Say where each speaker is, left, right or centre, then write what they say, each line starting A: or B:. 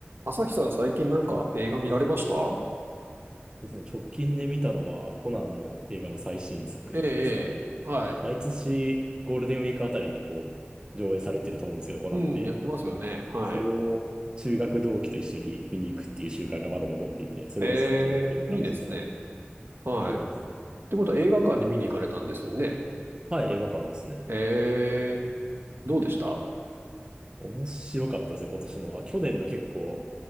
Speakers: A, on the right; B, on the right.
A: 朝日さん最近なんか映画見られました
B: そうですね。直近で見たのはコナンの映画の最新作ですかね。
A: ええ、ええはい。
B: 毎年ゴールデンウィークあたりにこう上映されてると思うんですけど、コナンって。
A: うん、やってますよね。はい。
B: それを中学同期と一緒に見に行くっていう習慣がまだ残っていて、それをずっとやってる感じですかね。
A: ええ、いいですね。はい。
B: そうですね。
A: っ
B: はい、
A: てことは映画館に見に行かれたんですよね。
B: はい映画館ですね。
A: ええ、どうでした
B: 面白かったですね、今年のは。去年の結構